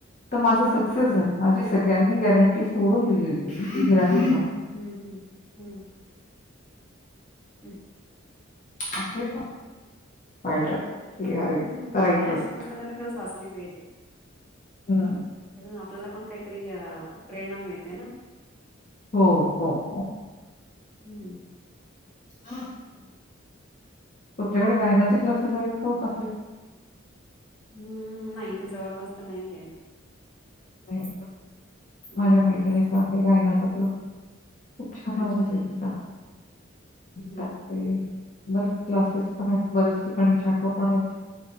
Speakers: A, on the left; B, in the centre.
A: तर माझं सक्सेस झालं माझी सगळ्यांनी गॅरंटी सोडून दिलेली हो <unintelligible>
B: हम्म हम्म हम्म. हूं.
A: <inaudible>
B: हम्म
A: करायचंच
B: नाय अशी
A: आहे.
B: पुस्तकं तर खरंच वाचली पाहिजे
A: हं.
B: कारण आप आपल्याला पण काहीतरी अ प्रेरणा मिळते ना.
A: हो हो हो.
B: हम्म.
A: <inaudible> तुमच्याकडे गायनाचे क्लासेस आहेत, का हो चांगले?
B: हम्म नाई इथे जवळपास तर नाई ये.
A: नाय का
B: हम्म
A: माझ्या मैत्रिणीच हे गायनाच क्लास. खूप छान
B: अच्छा
A: आवाज ए तिचा.
B: हम्म.
A: त्यांचे बरेच क्लासेस पण आहेत, बरेच ठिकाणी शाखा पण आहेत.